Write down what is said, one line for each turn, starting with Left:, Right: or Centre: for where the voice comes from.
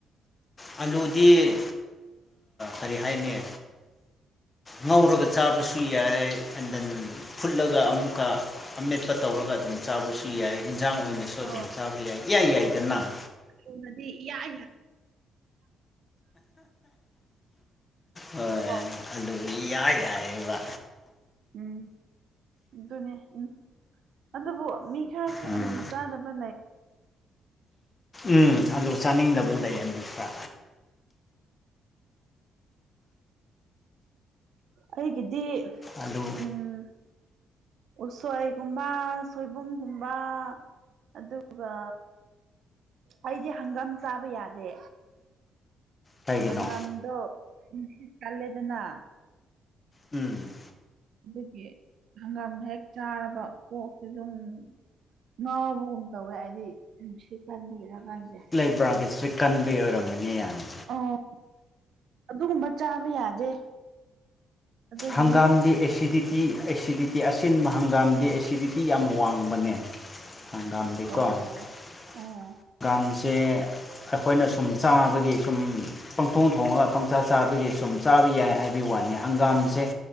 Left: ꯑꯂꯨꯗꯤ ꯀꯔꯤ ꯍꯥꯏꯅꯤ ꯉꯧꯔꯒ ꯆꯥꯕꯁꯨ ꯌꯥꯏ ꯑꯦꯟ ꯗꯦꯟ ꯐꯨꯠꯂꯒ ꯑꯃꯨꯛꯀ ꯑꯃꯦꯠꯄ ꯇꯧꯔꯒ ꯑꯗꯨꯝ ꯆꯥꯕꯁꯨ ꯌꯥꯏ ꯏꯟꯖꯥꯡ ꯑꯣꯏꯅ ꯁꯣꯏꯗꯅ
Right: ꯑꯣ
Left: ꯆꯥꯕ ꯌꯥꯏ ꯌꯥꯏ ꯌꯥꯏꯗꯅꯥ
Right: ꯊꫭꯡꯑꯗꯤ ꯌꯥ ꯌꯥꯏ
Left: ꯍꯣꯏ
Right: ꯌꯥꯗ꯭ꯔꯣ
Left: ꯑꯗꯨꯕꯨꯗꯤ ꯌꯥꯏ ꯌꯥꯏꯑꯕ
Right: ꯎꯝ ꯑꯗꯨꯅꯦ ꯎ ꯑꯗꯨꯕꯨ ꯃꯤ ꯈꯔꯗꯤ
Left: ꯎꯝ
Right: ꯑꯂꯨ ꯆꯥꯗ ꯑꯃ ꯂꯩ
Left: ꯎꯝ ꯑꯂꯨ ꯆꯥꯅꯤꯡꯗꯕ ꯂꯩꯌꯦ ꯅꯠꯇ꯭ꯔꯥ
Right: ꯑꯩꯒꯤꯗꯤ
Left: ꯑꯗꯨ
Right: ꯎꯝ ꯎꯁꯣꯏꯒꯨꯝꯕ ꯁꯣꯏꯕꯨꯝꯒꯨꯝꯕ ꯑꯗꯨꯒ ꯑꯩꯗꯤ ꯍꯪꯒꯥꯝ ꯆꯥꯕ ꯌꯥꯗꯦ
Left: ꯀꯩꯒꯤꯅꯣ
Right: ꯍꯪꯒꯥꯝꯗꯣ ꯆꯂꯦꯗꯅ
Left: ꯎꯝ
Right: ꯑꯗꯨꯒꯤ ꯍꯪꯒꯥꯝ ꯍꯦꯛ ꯆꯥꯔꯕ ꯀꯣꯛꯁꯤ ꯑꯗꯨꯝ ꯉꯥꯎꯕꯒꯨꯝ ꯇꯧꯋꯦ ꯍꯥꯏꯗꯤ ꯅꯨꯡ ꯁꯤ ꯀꯟꯕꯤꯔꯥ ꯀꯟꯗ꯭ꯔꯦ
Left: ꯕ ꯗꯤꯁ꯭ꯔꯤꯛ <inaudible> ꯀꯟꯕꯩ ꯑꯣꯏꯔꯝꯒꯅꯤ ꯌꯥꯝꯅ
Right: ꯑꯣ ꯑꯗꯨꯒꯨꯝꯕ ꯆꯥꯕ ꯌꯥꯗꯦ ꯑꯗꯨꯒꯤꯅꯦ
Left: ꯍꯪꯒꯥꯝꯗꯤ ꯑꯦꯁꯤꯗꯤꯠ ꯇꯤ ꯑꯦꯁꯤꯗꯤꯇꯤ ꯑꯁꯤꯟꯕ ꯍꯪꯒꯥꯝꯗꯤꯦ ꯑꯦꯁꯤꯗꯤꯇꯤ ꯌꯥꯝ ꯋꯥꯡꯕꯅꯦ ꯍꯪꯒꯝꯗꯤꯀꯣ
Right: ꯑꯣ
Left: ꯍꯪꯒꯝꯁꯦ
Right: ꯎꯝ
Left: ꯑꯩꯈꯣꯏꯅ ꯁꯨꯝ ꯆꯥꯕꯒꯤ ꯁꯨꯝ ꯄꯪꯊꯣꯡ ꯊꯣꯡꯉꯒ ꯄꯪꯆꯥ ꯆꯥꯕꯒꯤ ꯁꯨꯝ ꯆꯥꯕ ꯌꯥꯏ ꯍꯥꯏꯕꯒꯤ ꯋꯥꯅꯤ ꯍꯪꯒꯥꯝ ꯁꯦ